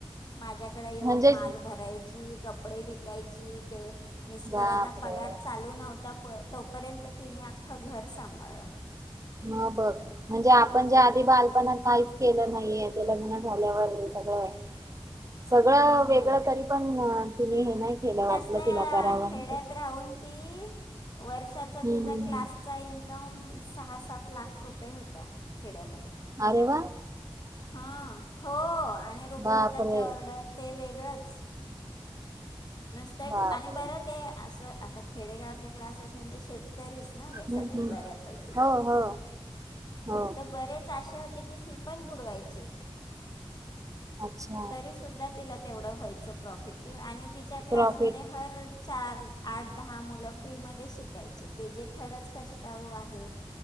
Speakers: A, on the left (about 45°); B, on the right (about 35°).
A: माझ्या इकडे येऊन
B: म्हणजे
A: माल भरायची, कपडे विकायची ते मिस्टरांना
B: बापरे
A: पगार चालू नव्हता तोपर्यंत तिने आख्खं घर सांभाळलं.
B: ह बघ म्हणजे आपण जे आधी बालपणात काहीच केलं नाहीे ते लग्न झाल्यावर सगळं सगळं
A: हम्म
B: वेगळं तरी पण. ति हे नाही केलं वाटलं
A: तसल्या
B: तिला करावं हम्म
A: खेड्यात राहून ती वर्षाचा तिचा
B: हम्म
A: क्लासचा
B: हम्म
A: इन्कम सहा सात लाख रुपये होता खेड्यामध्ये
B: अरे वा
A: हा हो आणि रुकवताचे
B: बापरे
A: ऑर्डर ते वेगलीच बरच नुसत
B: बापरे
A: आणि बर ते असं आता खेडेगावातले क्लासेस म्हणजे शेतकरीच ना
B: हम्म
A: सगळे
B: हम्म
A: बऱ्यापैकी
B: हो हो हो
A: तर बरेच असे होते की फी पण बुडवायचे
B: अच्छा
A: तरी सुुद्धा तिला तेवढं व्हायचं प्रॉफिट ती आणि तिच्या क्लासमध्ये
B: प्रॉफिट
A: हर चार आठ दहा मुलं फ्रीमध्ये शिकाय ची ते जे खरंच कष्टाळू आ हेत